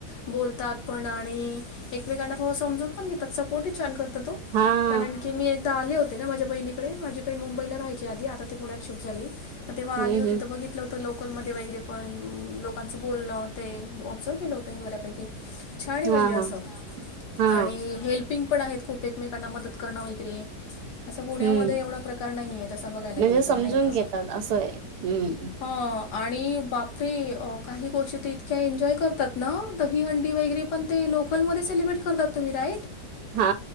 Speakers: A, on the left; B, on the right.
A: बोलतात पण आणि एकमेकांना थोड समजून पण घेतात सपोर्टहीछान करतात हो.
B: हा.
A: कारण की मी एकदा आले होते ना माझ्या बहिणीकडे माझी बहीण मुंबईला राहायची आधी आता ती पुण्यात शिफ्ट झाली. तेव्हा
B: हम्म
A: आली होती
B: हम्म
A: तर बघितल होत. तर लोकलमध्ये वगैरे पण लोकांच बोलण ते ऑब्झर्व केल होत बऱ्यापैकी. छान हे हणजे
B: हा
A: अस.
B: हा हा
A: आणि हेल्पिंग पण आहेत खूप एकमेकांना मदत करणं वगैरे असं पुण्यामध्ये
B: हम्म
A: एवढा प्रकार नाहीय तंस बघायला
B: म्हणजे
A: गेलं
B: समजून
A: तर नाही का
B: घेतात असं आहे हम्म
A: ह आणि बापरे काही गोष्टी ते इतक्या एन्जॉय करतात ना दहीहंडी वगैरे पण ते लोकलमध्येध्ये सेलिब्रेट करतात तुम्ही राईट
B: हा